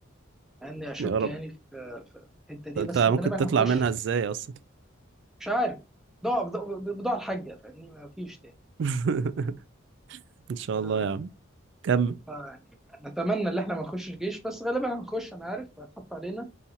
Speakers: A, in the centre; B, on the right (about 55°).
A: مع اني اشك
B: يا رب
A: يعني في في في الحته دي
B: انت
A: بس
B: ممكن
A: غالبا
B: تطلع
A: هنخش
B: منها ازاي اصلا
A: مش عارف بضاعه بضاعه بضاعة الحاجه فاهمني ما فيش تاني
B: <laughs> ان شاء
A: ف...
B: الله يا عم كمل
A: ف... يعني نتمنى ان احنا ما نخشش جيش بس غالبا هنخش انا عارف هتحط علينا